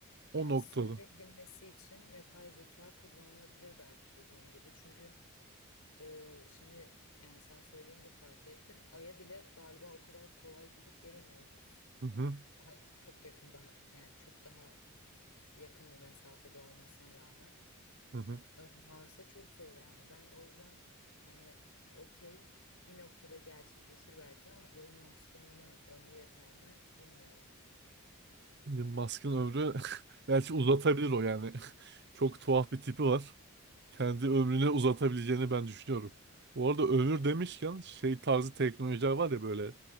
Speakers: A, on the right; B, on the left.
A: o
B: Yani
A: noktada.
B: simüle edilmesi için yapay zeka kullanılabilir belki dediğin gibi. Çünkü Ee, şimdi yani sen söyleyince fark ettim. Ay'a bile galiba o kadar kolay gidip gelemiyoruz.
A: Hı hı,
B: Daha çok yakın daha yani çok daha yakın bir mesafede olmasına rağmen
A: hı hı.
B: Ee, Mars'a çok zor yani. Ben o yüzden hani okey bir noktada gerçekleşir belki ama Elon Musk'ın buna ömrü yeter mi bilmiyorum.
A: Elon Musk'ın ömrü <laughs> belki uzatabilir o yani. <laughs> Çok tuhaf bir tipi var. Kendi ömrüne uzatabileceğini ben düşünüyorum. Bu arada ömür demişken şey tarzı teknolojiler var ya böyle